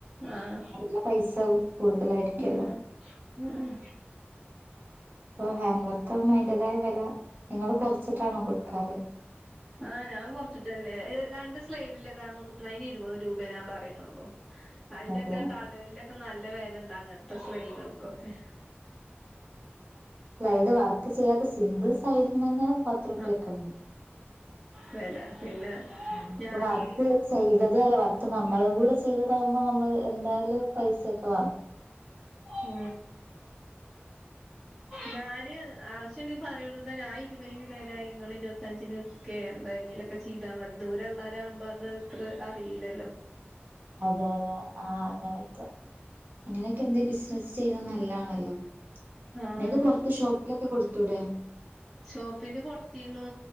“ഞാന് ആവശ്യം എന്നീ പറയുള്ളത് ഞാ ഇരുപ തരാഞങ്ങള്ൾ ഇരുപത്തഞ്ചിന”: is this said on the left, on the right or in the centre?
Centre